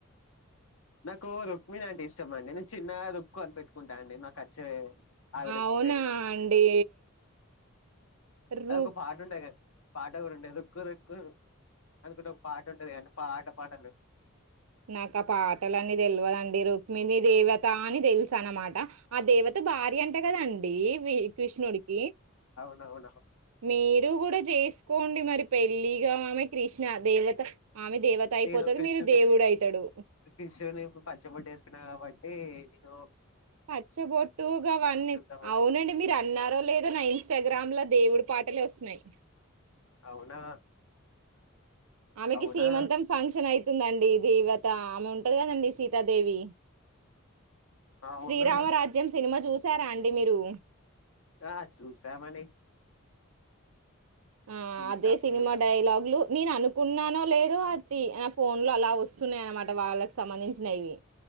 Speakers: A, on the left; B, on the right.
A: నాకు రుక్మిణి అంటే ఇష్టం అండి నేను చిన్నగా రుక్కు అని పెట్టుకుంటాను అండి నాకు వచ్చే ఆవిడ
B: అవునా
A: పేరు
B: అండి రు
A: అది ఒక పాట ఉంటా పాట కూడా ఉంటంది రుక్కు రుక్కు అనుకుంట ఒక పా ఉంటంది కానీ పాట పాట
B: నాకు ఆ పాటలన్నీ తెల్వదండి రుక్మిణి దేవతాని తెలుసా అన్నమాట ఆ దేవత భార్య అంట కదండి వి కృష్ణుడికి
A: అవును
B: మీరు కూడా చేసుకోండి మరి పెళ్లిగా ఆమె కృష్ణ దేవత ఆమె దేవత అయిపోతది.
A: నేను కృష్ణున్ని
B: మీరు దేవుడయితడు.
A: కృష్ణుని పచ్చ బొట్టు వేసుకున్నా కాబట్టి ఇదో
B: పచ్చబొట్టుగావన్ని
A: చూద్దామని
B: అవునండి మీరు అన్నారో లేదో నైస్ ఇన్స్టాగ్రామ్ లో దేవుడి పాటలే వస్తున్నాయి
A: అవునా
B: ఆమెకి
A: అవునా
B: సీమంతం ఫంక్షన్ అయితుందండి దేవత అమౌం <unintelligible> సీతాదేవి,
A: అవునా
B: శ్రీరామరాజ్యం సినిమా జూసారా అండి మీరు.
A: ఆ చూసామని
B: ఆ
A: చూసాం
B: అదే సినిమా
A: చూసాం
B: డైలాగు్లు నేను అనుకున్నానో లేదో, అది ఆ ఫోన్ లో అలా వస్సున్నాయ్ అన్నమాట వాళ్ళకి సంబంధించినవి.